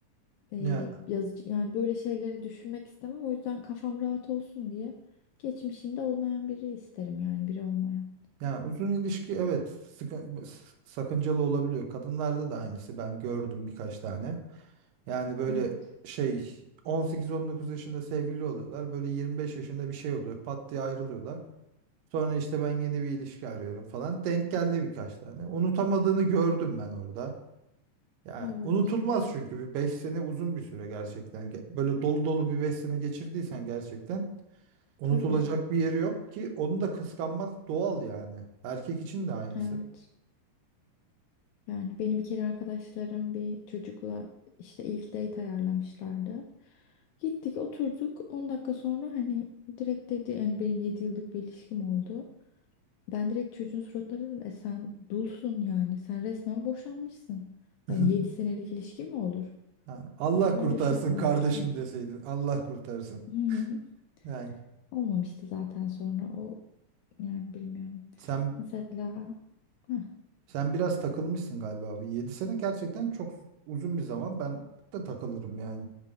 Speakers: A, on the left (about 80°); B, on the right (about 85°).
A: Ee,
B: Ya
A: yazıcı, yani böyle şeyleri düşünmek istemem. O yüzden kafam rahat olsun diye geçmişinde olmayan biri isterim yani biri olmayan.
B: ya uzun ilişki evet sıkı- s- sakıncalı olabiliyor. Kadınlarda da aynısı ben gördüm birkaç tane. Yani böyle
A: Evet.
B: şey 18-19 yaşında sevgili oluyorlar. Böyle 25 yaşında bir şey oluyor. Pat diye ayrılıyorlar. Sonra işte ben yeni bir ilişki arıyorum falan. Denk geldi birkaç tane. Unutamadığını gördüm ben orada. Yani
A: Evet.
B: unutulmaz çünkü bir 5 sene uzun bir süre gerçekten. Ge- Böyle dolu dolu bir 5 sene geçirdiysen gerçekten unutulacak
A: Tabii.
B: bir yeri yok ki onu da kıskanmak doğal yani. Erkek için de aynısı.
A: Evet. Yani beni bir kere arkadaşlarım bir çocukla işte ilk date ayarlamışlardı. Gittik oturduk 10 dakika sonra hani direkt dedi yani benim 7 yıllık bir ilişkim oldu. Ben direkt çocuğun suratına dedim e sen dulsun yani sen resmen boşanmışsın.
B: <laughs>
A: Yani 7 senelik ilişki mi olur?
B: Ha, Allah
A: O da böyle
B: kurtarsın
A: şok olmuştu.
B: kardeşim deseydin. Allah kurtarsın.
A: <laughs>
B: Yani
A: Olmamıştı zaten sonra o yani bilmiyorum.
B: sen
A: Mesela heh,
B: sen biraz takılmışsın galiba. Bir 7 sene gerçekten çok uzun bir zaman. Ben de takılırım yani.